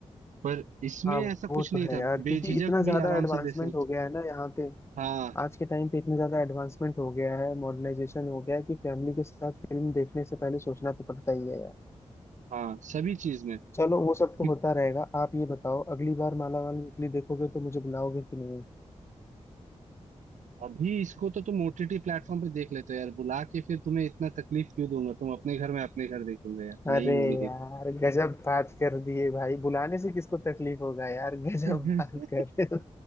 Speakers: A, on the right (about 80°); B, on the left (about 20°).
A: पर इसमें
B: हाँ
A: ऐसा
B: वो
A: कुछ
B: तो
A: नहीं
B: है
A: था
B: यार क्योंकि
A: बेझिझक
B: इतना ज्यादा
A: भी आराम
B: एडवांसमेंट
A: से देख सकते
B: हो गया है ना यहाँ पे
A: हाँ
B: आज के टाइम पे इतना ज्यादा एडवांसमेंट हो गया है मॉडर्नाइजेशन हो गया है कि फैमिली के साथ फिल्म देखने से पहले सोचना तो पड़ता ही है यार
A: हाँ सभी चीज में
B: चलो वो सब तो
A: कि
B: होता रहेगा आप ये बताओ अगली बार मालामाल वीकली देखोगे तो मुझे बुलाओगे कि नहीं
A: अभी इसको तो तुम ओटीटी प्लेटफॉर्म पे देख लेते हो यार बुला के फिर तुम्हें इतना तकलीफ क्यों दूंगा तुम अपने घर में अपने घर देखोगे यार
B: अरे
A: नई मूवी
B: यार गजब बात कर दिए भाई बुलाने से किसको तकलीफ होगा यार <laughs> गजब
A: देखोगे
B: बात कर रहे हो